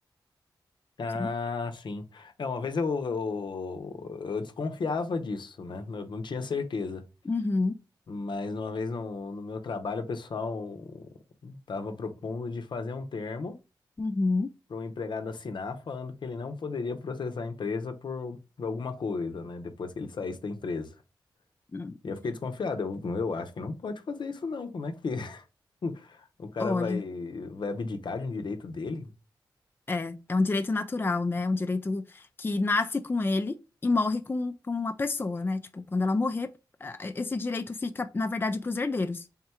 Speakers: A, on the left (about 70°); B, on the left (about 25°).
A: Ah,
B: Você não-
A: sim. É, uma vez eu, eu, eu desconfiava disso, né? Eu não tinha certeza.
B: Uhum,
A: Mas uma vez no, no meu trabalho, o pessoal estava propondo de fazer um termo.
B: uhum.
A: para o empregado assinar falando que ele não poderia processar a empresa por, por alguma coisa, né? Depois que ele saísse da empresa.
B: Hum.
A: E eu fiquei desconfiado. Eu, eu acho que não pode fazer isso não. Como é que <laughs> o cara
B: Olha,
A: vai, vai abdicar de um direito dele?
B: é, é um direito natural, né? É um direito que nasce com ele e morre com, com uma pessoa, né? Tipo, quando ela morrer, eh, esse direito fica, na verdade, para os herdeiros,